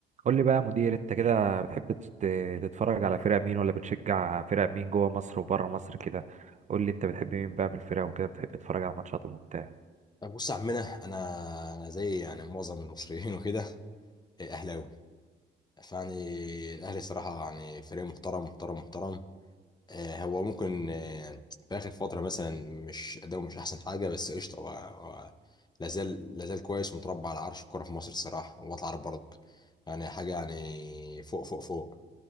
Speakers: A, on the right; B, on the left.
A: قول لي بقى يا مدير انت كده بتحب تت- تتفرج على فرق مين ولا بتشجع فرق مين جوه مصر وبره مصر كده قول لي انت بتحب مين بقى من الفرق وكده بتحب تتفرج على ماتشاتهم وبتاع
B: بص يا عمنا انا انا زي يعني معظم المصريين وكده إيه، اهلاوي فيعني الاهلي صراحه يعني فريق محترم محترم محترم آه، هو ممكن آه، في اخر فتره مثلا مش اداؤه مش احسن حاجه بس قشطه هو هو لا زال لا زال كويس ومتربع على عرش الكوره في مصر الصراحه وطلع عارف برضك يعني حاجه يعني فوق فوق فوق